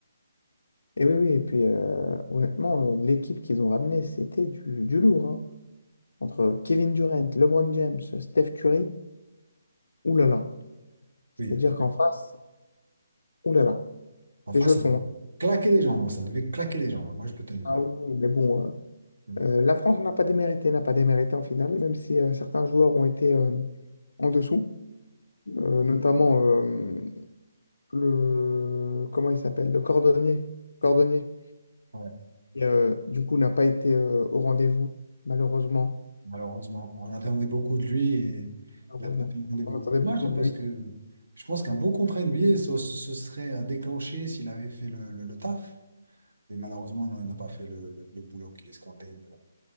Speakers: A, on the left (about 70°); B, on the right (about 75°).
A: Et oui, oui, et puis euh, honnêtement, euh, l'équipe qu'ils ont ramenée, c'était du, du lourd. hein. Entre Kevin Durant, LeBron James, Steph Curry, oulala. C'est-à-dire
B: Oui, euh,
A: qu'en face, oulala.
B: enfin,
A: Les jetons.
B: ça
A: hein.
B: claquait des jambes, ça devait claquer des jambes, moi je peux te le
A: Ah
B: dire.
A: oui, mais bon, euh,
B: Mm.
A: euh, la France n'a pas démérité, n'a pas démérité en finale, même si euh, certains joueurs ont été euh, en dessous, euh, notamment. euh, le comment il s'appelle? Le cordonnier. Cordonnier.
B: Ouais,
A: Et, euh, du coup, n'a pas été euh, au rendez-vous, malheureusement.
B: malheureusement, on attendait beaucoup de lui et
A: Malheureusement.
B: il a pas pris le rendez-vous.
A: On attendait
B: Dommage,
A: beaucoup de
B: hein, parce
A: lui.
B: que je pense qu'un beau contrat NBA se, se, se serait déclenché s'il avait fait le, le, le taf. Mais malheureusement, non, il n'a pas fait le, le, le boulot qui est escompté. mais bon.